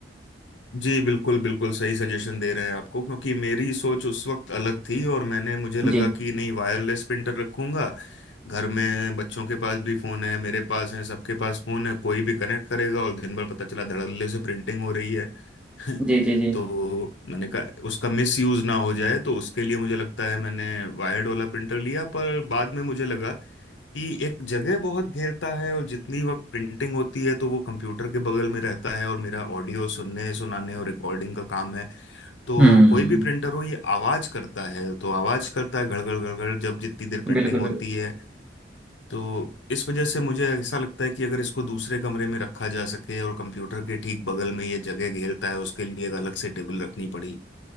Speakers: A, on the left (about 85°); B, in the centre.
A: जी बिल्कुल बिल्कुल सही सजेशन दे रहे हैं आपको क्योंकि मेरी सोच उस वक्त अलग थी और मैंने मुझे लगा
B: जी
A: कि नहीं वायरलेस प्रिंटर रखूंगा घर में बच्चों के पास भी फोन है मेरे पास है सबके पास फोन है कोई भी कनेक्ट करेगा और दिन भर पता चला धड़ल्ले से प्रिंटिंग हो रही है <laughs>
B: जी जी जी
A: तो मैंने कहा उसका मिस यूज ना हो जाए तो उसके लिए मुझे लगता है मैंने वायर्ड वाला प्रिंटर लिया पर बाद में मुझे लगा कि एक जगह बहुत घेरता है और जितनी वक्त प्रिंटिंग होती है तो वो कंप्यूटर के बगल में रहता है और मेरा ऑडियो सुनने सुनाने और रिकॉर्डिंग का काम है तो
B: हम्म
A: कोई भी प्रिंटर हो ये आवाज करता है तो आवाज करता है घड़घड़ घड़घड़ जब जितनी देर प्रिंटिंग
B: बिल्कुल बिल्कुल
A: होती है तो इस वजह से मुझे ऐसा लगता है कि अगर इसको दूसरे कमरे में रखा जा सके और कंप्यूटर के ठीक बगल में ये जगह घेरता है उसके लिए एक अलग से टेबल रखनी पड़ी